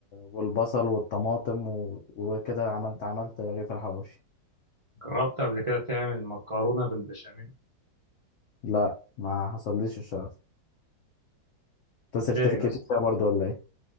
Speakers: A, on the left; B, on the right.
A: والبصل والطماطم و... وكده عملت عملت رغيف الحواوشي
B: جربت قبل كده تعمل مكرونة بالبشاميل
A: لا ما حصلليش الشرف انت سيرتيفيكيت
B: ازاي يا اسطى
A: فيها برضو ولا ايه